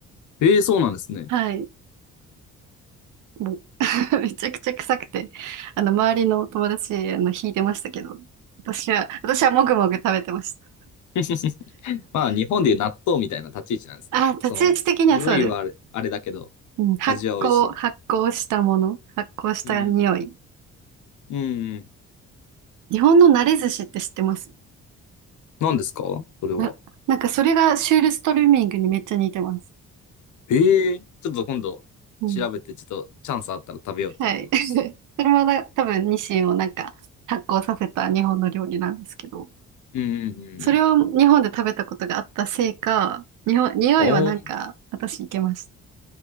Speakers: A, on the left; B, on the right.
A: ええ、そうなんですね。
B: はい。もう <laughs> めちゃくちゃ臭くて、あの、周りの友達、あの、引いてましたけど、私は、私はもぐもぐ食べてました。
A: <laughs> まあ、日本でいう納豆みたいな立ち位置なんですかね。
B: あ、立ち位置的にはそうです。
A: その、匂いはあれ、あれだけど、
B: うん、発酵、
A: 味は美味しいみたいな。
B: 発酵したもの、発酵した匂い。
A: うん。うん。
B: 日本の慣れ寿司って知ってます
A: 何ですかそれは。
B: な、なんかそれがシュールストルーミングにめっちゃ似てます。
A: ええーちょっと今度調べて、
B: うん。
A: ちょっとチャンスあったら食べようと思います。
B: はい。<laughs> それもな多分、ニシンをなんか発酵させた日本の料理なんですけど、
A: うんうんうんうん。
B: それを日本で食べたことがあったせいか、日本、匂いはなんか私いけました。
A: おー。